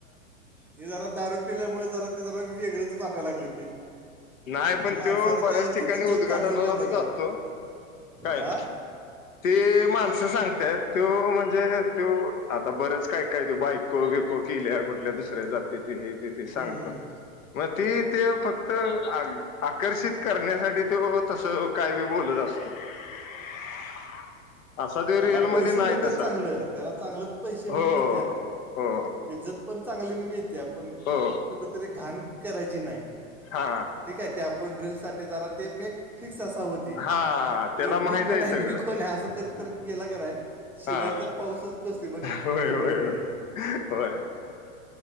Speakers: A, in the centre; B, on the left (about 75°).
A: हे जरा दारू पिल्यामुळे जरा ते जरा वेगळंच वाटायला लागलं ते
B: नाही पण
A: माणसाने
B: तो बऱ्याच
A: त्यावर
B: ठिकाणी
A: किती जोक
B: उद्घाटनाला
A: काढलं माहिित
B: बी
A: आहे का
B: जातो काय
A: आा
B: ते माणसं सांगतय तो म्हणजे त आता बरंच काय काय त बाईक कोगे को कल्या कुठल्या दुसऱ्या जातीची हे तिथे
A: हम्म,
B: सांगतो
A: हम्म.
B: मग ती ते फक्त आकर्षित करण्यासाठी तो तस काय बी बोलत असतो ह अस दे
A: त्याला
B: रिअलमध्येध्ये
A: पैसे
B: नाही
A: मिळतात
B: तसा
A: चांगलं त्याला चांगलं पैसे मिळतात
B: हो हो
A: इज्जत पण चांगली मिळतेया पण कु
B: हो
A: कु कुठं तरी घाण करायची नाही.
B: हा
A: ठीक आहे ते आपण ड्रिल सासाठी जरा ते मेक फिक्स असा होत
B: हा त्याला
A: ते मी
B: माहित
A: कोण आहे
B: सगळं
A: मी कोण आहे असं तर गेला का नाही शिवायचा
B: हा
A: पाऊसच बसली बघ
B: होय
A: कमेटमध्ये
B: होय होय